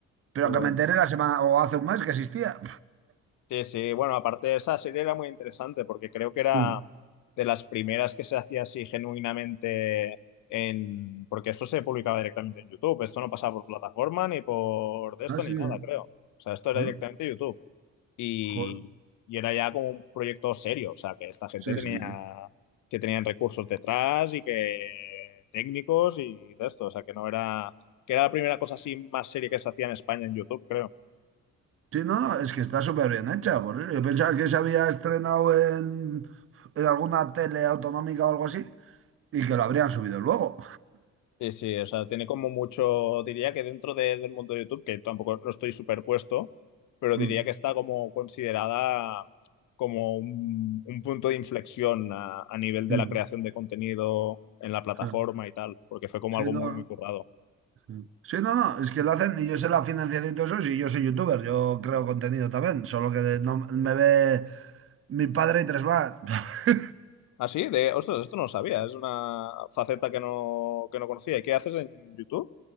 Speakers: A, on the right (about 45°); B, on the left (about 80°).
A: pero
B: qué bueno.
A: que me enteré
B: tío.
A: la semana o hace un mes que existía.
B: Sí, sí, bueno, aparte de esa serie era muy interesante porque creo que era
A: Mm.
B: de las primeras que se hacía así genuinamente en... Porque esto se publicaba directamente en YouTube, esto no pasaba por plataforma ni por de esto
A: Ah, sí,
B: ni nada,
A: ¿eh?
B: creo. O sea, esto era
A: Ah,
B: directamente YouTube. y,
A: Joder.
B: y era ya como un proyecto serio, o sea, que esta gente
A: Sí,
B: tenía,
A: sí, sí.
B: que tenían recursos detrás y que técnicos y de esto, o sea, que no era, que era la primera cosa así más seria que se hacía en España en YouTube, creo.
A: Sí, no, no, es que está súper bien hecha, por eso. Yo pensaba que se había estrenado en, en alguna tele autonómica o algo así y que lo habrían subido luego.
B: Sí, sí, o sea, tiene como mucho, diría que dentro de- del mundo de YouTube, que tampoco no estoy superpuesto, pero diría
A: Mm,
B: que está como considerada como un, un punto de inflexión a, a nivel de
A: mm,
B: la creación de contenido en la plataforma
A: mm.
B: y tal, porque fue como
A: Sí,
B: algo muy,
A: no.
B: muy currado.
A: mm. Sí, no, no, es que lo hacen y yo sé la financiación y todo eso, y yo soy youtuber, yo creo contenido también, solo que no me ve mi padre y tres más. <laughs>
B: Ah, sí, de, ostras, esto no lo sabía, es una faceta que no, que no conocía. ¿Y qué haces en YouTube?